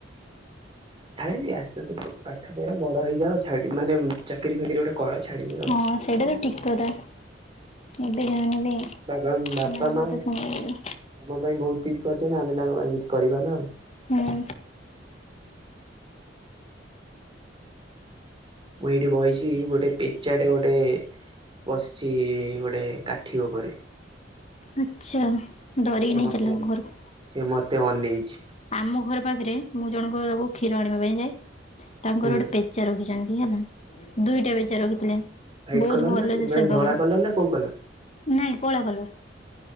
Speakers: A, on the right; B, on the left.
A: ଛାଡି ଆସ୍ତେ ଆସ୍ତେ ପାଠ ପଢ, ବଡ ହେଇଯାଅ ଛାଡ଼ି ମାନେ ଚାକିରୀ ଫାକିରି ଗୋଟେ କର ଛାଡିବି ଆଉ।
B: ହଁ ସେଇଟା ତ ଠିକ କଥା। ଏବେ ଯା ହେନେ ବି
A: ବାବା ବାପା
B: ସେମାନଙ୍କ
A: ମା
B: କଥା
A: ଆମ
B: ଶୁଣିବ।
A: ପାଇଁ ବହୁତ କିଛି କରିଛନ୍ତି ଆମେ ତାଙ୍କ ପାଇଁ କିଛି କରିବା ନା ଆଉ।
B: ହୁଁ।
A: ମୁଁ ଏଇଠି ବଇଛି ଗୋଟେ ପେଚାଟେ ଗୋଟେ ବସିଛି ଗୋଟେ ଉଠିବ ପରେ।
B: ଆଚ୍ଛା
A: ସିଏ
B: ଧରିକି ନେଇ
A: ମତେ
B: ଚାଲ ଘରକୁ।
A: ସିଏ ମତ ତେ ଅନେଇଛି।
B: ଆମ ଘର ପାଖରେ ମୁଁ ଜଣଙ୍କ ଆକୁ କ୍ଷୀର ଆଣିବା ପାଇଁ ଯାଏ, ତାଙ୍କର
A: ହୁଁ
B: ଗୋଟେ ପେଚା ରଖିଛ ଚନ୍ତି ହେଲା, ଦୁଇଟା ପେଚା ରଖିଥିଲେ।
A: ହ୍ୱାଇଟ
B: ବହୁତ
A: କଲର
B: ଭଲ
A: ନା
B: ସେ
A: ମାନେ
B: ସେବା
A: ଧଳା
B: କର
A: କଲର ନା କୋଉ କଲର
B: ନାଇଁ କଳା କଲର।